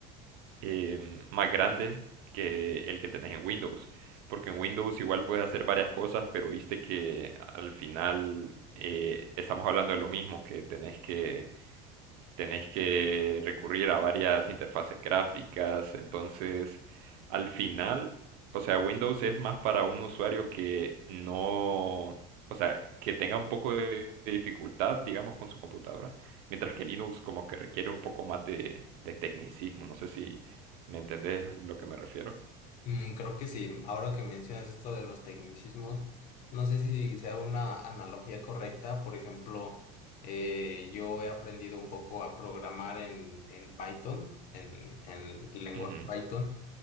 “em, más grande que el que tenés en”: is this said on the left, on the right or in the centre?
Right